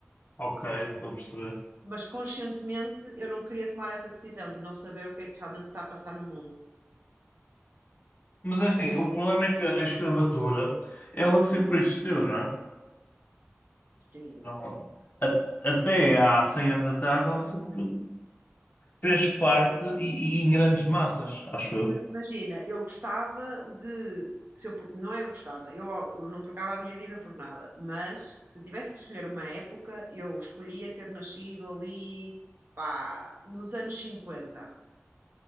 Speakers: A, on the left (about 45°); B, on the right (about 60°).
A: Ok, já estou a perceber.
B: Mas conscientemente eu não queria tomar essa decisão de não saber o que é que realmente se está a passar no mundo.
A: Mas é assim, o problema é que a escravatura, ela sempre existiu, não é?
B: Sim.
A: Ela- a- até há 100 anos atrás, ela sempre fez parte
B: Pois,
A: e, e em grandes massas, acho eu.
B: Mas imagina, eu gostava de. Se eu, pu- não é eu gostava, eu, eu não trocava a minha vida por nada, mas se tivesse que escolher uma época, eu escolhia ter nascido ali, pá, nos anos 50.